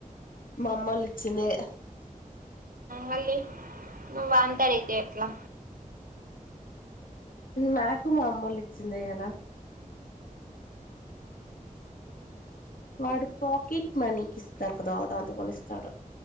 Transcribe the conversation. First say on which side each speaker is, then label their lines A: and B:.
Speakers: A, on the left (about 75°); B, on the right (about 80°).
A: మా అమ్మళ్ళు ఇచ్చిండేదే
B: మళ్ళీ ను వాంతో అడిగితే ఎట్లా
A: నాకు మా అమ్మళ్లు ఇచ్చిందే కదా వాడు పాకెట్ మనీకి ఇస్తారు కదా దాంతో కొనిస్తాడు